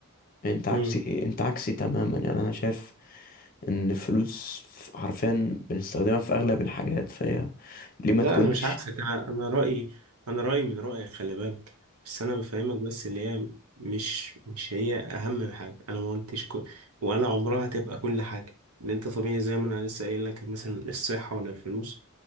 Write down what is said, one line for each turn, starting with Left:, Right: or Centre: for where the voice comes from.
Left: انت عكسي
Right: مم.
Left: انت عكسي تماما يعني انا شايف ان الفلوس ف- حرفيا بنستخدمها في اغلب الحاجات فهي ليه ما
Right: لا
Left: تكونش
Right: انا مش عكسك انا انا رايي انا رايي من رايك خلي بالك بس انا بفهمك بس اللي هي مش مش هي اهم حاجه انا ما قلتش كل ولا عمرها تبقى كل حاجه ان انت طبيعي زي ما انا لسه قايل لك مثلا الصحه ولا الفلوس